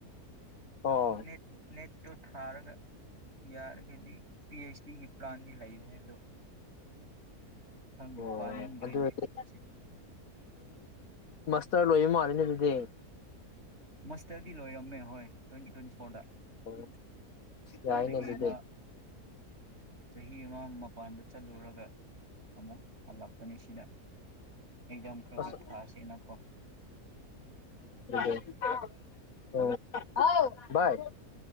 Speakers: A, on the left (about 65°); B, on the right (about 45°).
A: ꯑꯣ
B: ꯅꯠ ꯅꯦꯠ ꯇꯨ ꯊꯥꯔꯒ ꯌꯥꯔꯒꯗꯤ ꯄꯤ ꯑꯩꯆ ꯗꯤꯒꯤ ꯄ꯭ꯂꯥꯟꯗꯤ ꯂꯩꯕꯅꯦ ꯑꯗꯣ ꯈꯪꯗꯦ
A: ꯑꯣ
B: ꯄꯥꯅꯤꯡ
A: ꯑꯗꯨꯗꯤ
B: ꯒ꯭ꯔꯦꯅꯦꯗ ꯂꯩꯁꯦ
A: ꯃꯁꯇꯔ ꯂꯣꯏꯕ ꯃꯥꯜꯂꯤꯅꯦ ꯑꯗꯨꯗꯤ
B: ꯃꯁꯇꯔꯗꯤ ꯂꯣꯏꯔꯝꯃꯦ ꯍꯣꯏ ꯇ꯭ꯋꯦꯟꯇꯤ ꯇ꯭ꯋꯦꯟꯇꯤ ꯐꯣꯔꯗ
A: ꯑꯣ ꯌꯥꯏꯅꯦ
B: ꯆꯍꯤꯃ
A: ꯑꯗꯨꯗꯤ
B: ꯆꯍꯤ ꯑꯃꯃ ꯃꯄꯥꯟꯗ ꯆꯠꯂꯨꯔꯒ ꯑꯃꯨꯛ ꯍꯜꯂꯛꯄꯅꯤ ꯁꯤꯗ ꯑꯦꯖꯝ ꯈꯔ
A: ꯑꯁ
B: ꯈꯔ ꯊꯥꯁꯤꯦꯅꯀꯣ
A: ꯑꯣ ꯑꯥꯎ ꯚꯏ